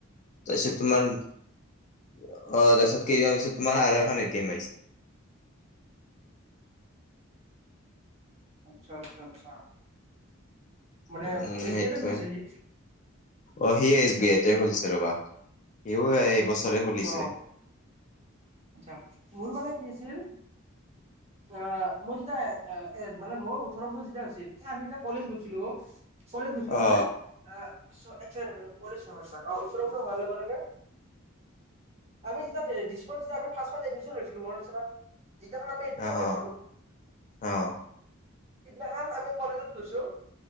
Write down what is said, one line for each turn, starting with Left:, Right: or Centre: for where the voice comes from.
Left: তাৰপিছত তোমাৰ অ তাৰপিছত কি হৈছে তোমাৰ আৰু এখন এটি এম আহিছে
Right: আচ্ছা আচ্ছা আচ্ছা মানে
Left: উম
Right: এছ
Left: সেইটোৱে
Right: বি আই তে খুলিছে সি
Left: অ সি এছ বি আইতে খুলিছে ৰবা সিও এইবছৰে খুলিছে
Right: অ আচ্ছা মোৰ মানে কি হৈছিল অ', মই যেতিয়া এ মানে মই ওঠৰ বছৰ যেতিয়া হৈছিল, এ আমি যেতিয়া কলেজ গৈছিলোঁ অ'। কলেজ গৈছিলোঁ
Left: অ
Right: মানে অ', এক চেকেণ্ড এক চেকেণ্ড কলেজ নহয় ৰবা ওঁঠৰ বছৰ হোৱাৰ লগে লগে আমি যেতিয়া দিছপুৰত যেতিয়া আমি ফাৰ্ষ্ট ফাৰ্ষ্ট এডমিচন লৈছিলো মনত আছে না, যিদিনাখন আমি এডমিশ্যন
Left: অ
Right: লৈছোঁ,
Left: অ অ
Right: সিদিনাখন আমি কলেজত গৈছোঁ।